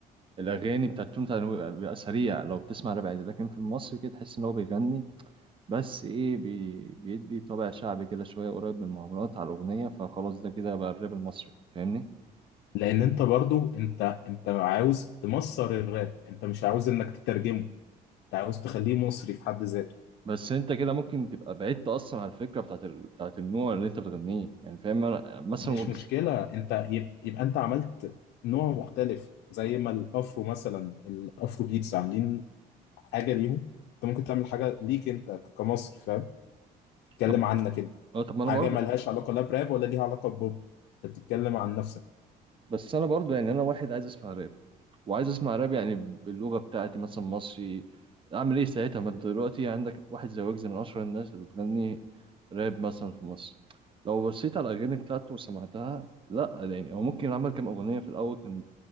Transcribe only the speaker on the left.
لان انت برضو انت انت عاوز تمصر الراب انت مش عاوز انك تترجمه انت عاوز تخليه مصري في حد ذاته
مش
مشكلة انت يب- يبقى انت عملت نوع مختلف زي ما الافرو مثلا الافرو بيتس عاملين حاجة ليهم انت ممكن تعمل حاجة ليك انت ك- كمصر فاهم تتكلم
عنك انت
حاجة
ملهاش علاقة لا براب ولا ليها علاقة ببوب انت بتتكلم عن نفسك